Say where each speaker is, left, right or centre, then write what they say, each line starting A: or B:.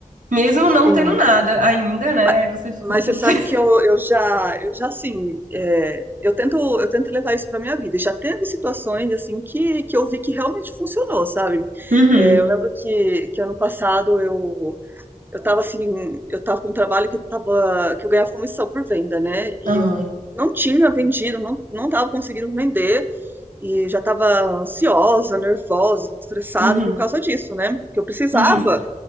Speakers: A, on the right (about 80°); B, on the right (about 15°).
A: mesmo
B: sim.
A: não tendo nada ainda, né?
B: Ma-
A: Aí você fica,
B: Mas
A: putz.
B: você sabe
A: <laughs>
B: que eu, eu já, eu já assim, é, eu tento, eu tento levar isso para minha vida. E já teve situações assim que, que eu vi que realmente funcionou, sabe?
A: Uhum,
B: É, eu lembro que, que ano passado eu eu tava assim, eu tava com um trabalho que eu tava, que eu ganhava comissão por venda, né? E
A: aham,
B: eu não tinha vendido, não, não tava conseguindo vender e já tava ansiosa, nervosa, estressada
A: uhum,
B: por causa disso, né? Que eu precisava
A: uhum.